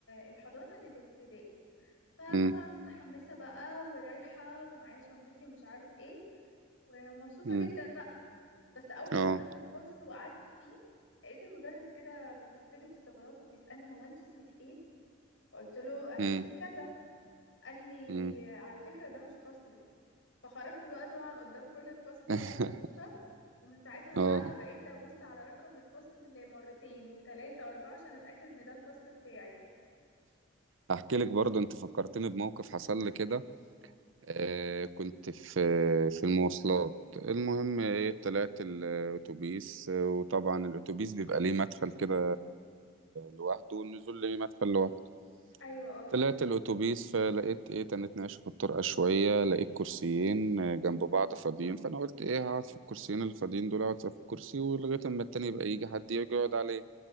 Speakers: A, on the left; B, on the right.
A: الحضانة للابتدائي فطبعا
B: امم
A: متحمسة بقى ورايحة ومعايا شنطتي ومش عارف ايه ومبسوطة
B: امم
A: جدا بقى بس أول
B: اه
A: ما دخلت الفصل وقعدت فيه لقيت المدرس كده بيبصلي باستغراب وبيسألني هو انت اسمك ايه؟ فقلت له أنا
B: امم
A: اسمي كذا قال لي
B: امم
A: على فكرة ده مش فصلك فخرجت بقى طبعا قدام كل الفصل وانا
B: <laughs>
A: مكسوفة ومن ساعتها
B: اه
A: بقى بقيت ابص على رقم الفصل مرتين وتلاتة واربعة عشان اتأكد ان ده الفصل بتاعي
B: احكي لك برضه انت فكرتني بموقف حصل لي كده آه، كنت في في المواصلات المهم ايه طلعت الاتوبيس آه، وطبعا الاتوبيس بيبقى ليه مدخل كده لوحده والنزول ليه مدخل لوحده
A: ايوه اه
B: طلعت الاتوبيس فلقيت ايه تنت ناشف الطرقة شوية لقيت كرسيين آه، جنب بعض فاضيين فانا قلت ايه هقعد في الكرسيين اللي فاضيين دول اقعد في الكرسي ولغاية اما التاني يبقى يجي حد يجي يقعد عليه